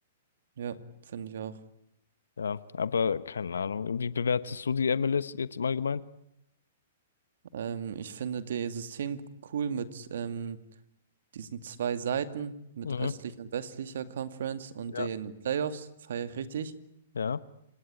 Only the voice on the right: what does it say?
Ja, finde ich auch.
Ähm, ich finde das System cool mit ähm, diesen zwei Seiten, mit
östlicher und westlicher Conference und
den Playoffs, feiere ich richtig.